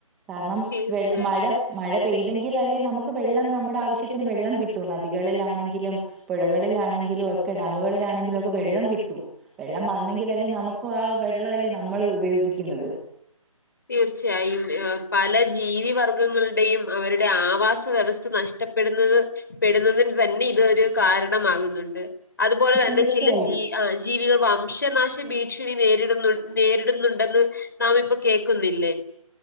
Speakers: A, in the centre; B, on the left (about 35°).
A: കാരണം
B: തീർച്ചയായും
A: വെ മഴ, മഴ പെയ്തെങ്കിൽ അല്ലെ നമുക്ക് വെള്ളം നമു നമ്മുടെ ആവശ്യത്തിന് വെള്ളം കിട്ടൂ, നദികളിലാണെങ്കിലും. പുഴകളിലാണെങ്കിലും ഒക്കെ, ഡാമുകളിലാണെങ്കിലും ഒക്കെ വെള്ളം കിട്ടൂ. വെള്ളം വന്നെങ്കിൽ അല്ലേ, നമുക്കും ആഹ വെള്ളമല്ലേ നമ്മൾ ഉപയോഗിക്കുന്നത്.
B: തീർച്ചയായും പല ജീവി വർഗങ്ങളുടെയും അവരുടെ ആവാസ വ്യവസ്ഥ നഷ്ട പ്പെടുന്നത്, പെടുന്നതിന് തന്നെ ഇതൊരു കാരണമാകുന്നുണ്ട് അതുപോലെ തന്നെ
A: തീർച്ചയായും
B: ചില ജീ ആഹ, ജീവികൾ വംശനാശ ഭീഷണി നേരിടുന്നു, നേരിടുന്നുണ്ടെന്ന് നാം ഇപ്പൊ കേൾക്കുന്നില്ലേ.